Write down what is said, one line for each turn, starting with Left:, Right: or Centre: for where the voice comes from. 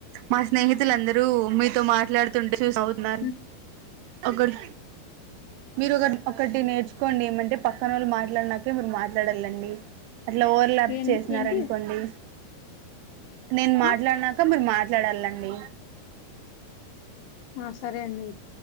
Right: మా స్నేహితులందరూ మీతో మాట్లాడుతుంటే చూస్ నవుతున్నారు
Left: హ్మ్
Right: ఒకరు మీరొకట్ ఒకటి నేర్చుకోండి ఏమంటే పక్కనోళ్ళు మాట్లాడ్నాకే మీరు మాట్లాడాలండి అట్లా ఓవర్లలాప్
Left: ఏం
Right: చేసినారనుకోండి
Left: ఏంటి
Right: నేను మాట్లాడినాక
Left: ఆ
Right: మీరు మాట్ ట్లడలండి
Left: ఆ సరే అండి